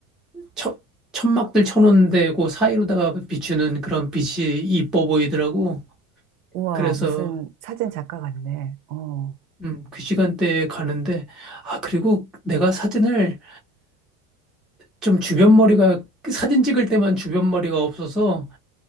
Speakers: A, in the centre; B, on the right.
A: 천, 천막들 쳐놓은 데고 사이로다가 비추는 그런 빛이 이뻐 보이더라고.
B: 우와,
A: 그래서,
B: 무슨 사진 작가 같네. 어,
A: 음, 그 시간대에 가는데, 아, 그리고 내가 사진을 좀 주변 머리가, 사진 찍을 때만 주변 머리가 없어서,